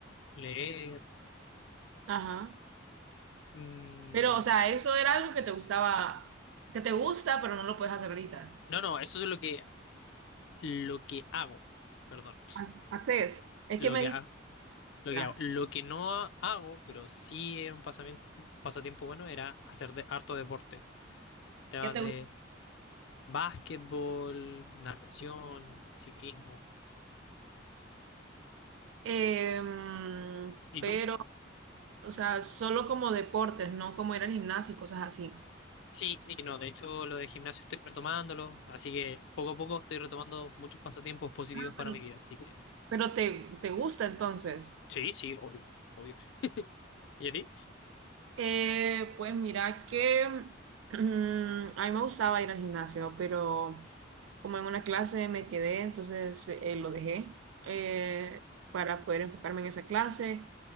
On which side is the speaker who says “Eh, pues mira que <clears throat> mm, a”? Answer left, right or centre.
Right